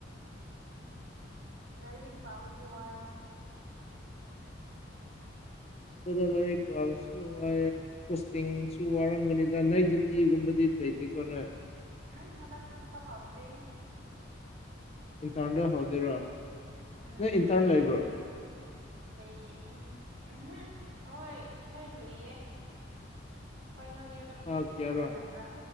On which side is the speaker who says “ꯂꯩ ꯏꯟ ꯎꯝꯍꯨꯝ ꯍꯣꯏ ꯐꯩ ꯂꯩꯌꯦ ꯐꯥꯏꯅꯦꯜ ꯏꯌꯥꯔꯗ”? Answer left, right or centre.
Right